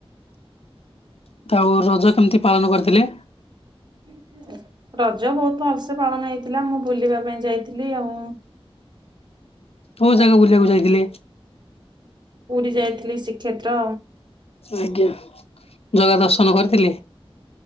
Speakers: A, on the left; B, on the right.
A: <unintelligible> ରଜ କେମିତି ପାଳନ କରିଥିଲେ?
B: <inaudible> ରଜ ବହୁତ ଭଲସେ ପାଳନ ହେଇଥିଲା। ମୁଁ ବୁଲିବା ପାଇଁ ଯାଇଥିଲି ଆଉ।
A: କୋଉ ଜାଗା ବୁଲିବାକୁ ଯାଇଥିଲେ?
B: ପୁରୀ, ଯାଇଥିଲି ଶ୍ରୀକ୍ଷେତ୍ର।
A: ଆଜ୍ଞା, ଜଗା ଦର୍ଶନ କରଥିଲେ?